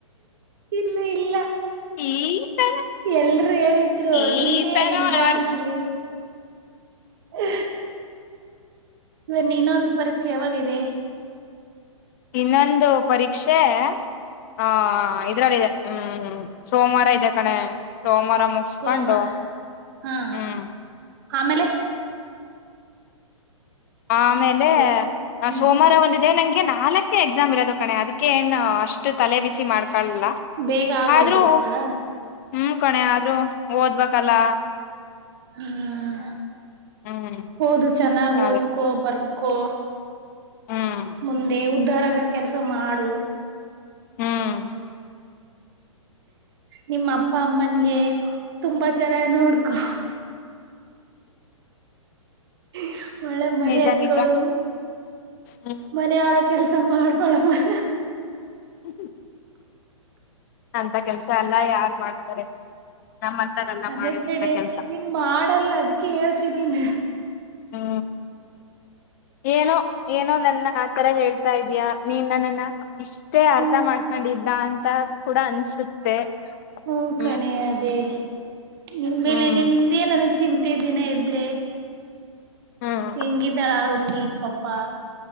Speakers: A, on the right (about 45°); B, on the left (about 30°).
A: ಇಲ್ಲ ಇಲ್ಲ
B: ಈ ತರ
A: ಎಲ್ರುೂ ಹೇಳಿದ್ರು
B: ಈ
A: ನೀನೇ
B: ತರ
A: ಹೇಳಿದ
B: ಮಾಡ್ಬಾರ್ದು
A: ಅನ್ವಾಗ ಹೇಳ ಹ ಇವನ್ನ ಇನ್ನೊಂದು ಪರೀಕ್ಷೆ ಯಾವಾಗದೆ
B: ಇನ್ನೊಂದು ಪರೀಕ್ಷೆ ಹಾ ಇದ್ರಲ್ಲಿದೆ ಹ್ಮ್ ಹ್ಮ ಸೋಮವಾರ ಇದೆ ಕಣೆ ಸೋಮವಾರ ಮುಗಸ್ಕೊಂಡು
A: ಸೋಮವಾರ ಹಾ
B: ಹ್ಮ್
A: ಆಮೇಲೆ
B: ಆಮೇಲೆ
A: ಹಲೋ ಹ್ಮ್
B: ಸೋಮವಾರ ಒಂದಿದೆ ನಂಗೆ ನಾಲ್ಕು ಎಕ್ಸಾಮ್ ಇರೋದು ಕಣೆ ಅದಕ್ಕೆ ಏನ್ ಅಷ್ಟ ತಲೆ ಬಿಸಿ ಮಾಡ್ ಕಲ್ಲ
A: ಬೇಗ ಆಗೋಗ್ಬಿಡುತ್ತಾ
B: ಆದ್ರೂ ಹ್ಮ್ ಕಣೆ ಆದ್ರೂ ಓದ್ಬೇಕಲ್ಲ
A: ಹ್ಮ್
B: ಹ್ಮ್
A: ಹಓದು ಚೆನ್ನಾಗ್
B: ಅದೇ
A: ಓದ್ಕೊ ಬರ್ ಕೋ
B: ಹ್ಮ್
A: ಮುಂದೆ ಉದ್ದ ಉ ದರಗ ಕೆಲ್ಸ ಮಾಡು
B: ಹ್ಮ್
A: ನಿಮ್ಮ ಅಪ್ಪ ಅಮ್ಮನ್ಗೆ ತುಂಬಾ ಚೆನ್ನ ನೋಡ್ಕೊ ಹ ಒಳ್ಳೆ ಮರ್ಯಾದೆ
B: ನಿಜ ನಿಜ
A: ಕೊಡು
B: ಹ್ಮ್
A: ಮನಳ ಕೆಲ್ಸ ಮಾಡ್ಬಡ್ಬೋದು
B: ಹ ಅಂತ ಕೆಲ್ಸ ಅಲ್ಲ ಯಾರ್ ಮಾಡ್ತಾರೆ ನಮ್ಮಂತರೆಲ್ಲ
A: ಅದೇ
B: ಮಾಡೋದಂತ
A: ಕಡೆ
B: ಕೆಲ್ಸ
A: ನಿನ್ ಮಾಡಲ್ಲ ಅದಕ್ಕೆ ಹೇಳ್ತಿದೀ ನ
B: ಹಾ ಏನೋ ಏನೋ ನನ್ನ ಆತರ ಹೇಳ್ತಾ ಇದಯ ನೀನ್ ನನ್ನನ್ನ ಇಷ್ಟೇ ಅರ್ಥ
A: ಹ್ಮ್
B: ಮಾಡ್ಕೊಂಡಿದ್ದ ಅ ಕೂಡ ಅನ್ಸುತ್ತೆ
A: ಹ್ಮ
B: ಹ್ಮ್
A: ಕಣೆ ಅದೇ ನಿನ್
B: ಹ್ಮ್
A: ಮೇಲೆಲೆ ನಿಂದೆ ನನಗ್ ಚಿಂತೆ ದಿನ ಇದ್ರೆ
B: ಹ್ಮ್
A: ಹೆಂಗ ಇದಾಳೆ ಹಡುಗಿ ಪಪಾ